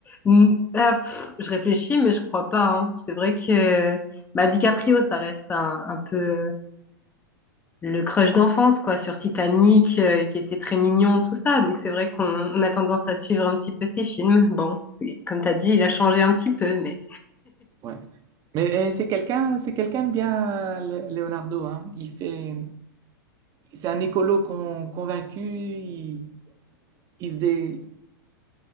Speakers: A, on the left; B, on the right.
A: m- ah, pff, je réfléchis, mais je crois pas. hein. C'est vrai que bah, DiCaprio, ça reste un, un peu euh, le crush d'enfance, quoi, sur Titanic, euh, qui était très mignon, tout ça. Donc c'est vrai qu'on on a tendance à suivre un petit peu ses films. Bon, c'est- comme t'as dit, il a changé un petit peu, mais.
B: Ouais. Mais euh, c'est quelqu'un, c'est quelqu'un de bien, euh, Lé- Leonardo, hein. Il fait, c'est un écolo con- convaincu. Il, il se dé-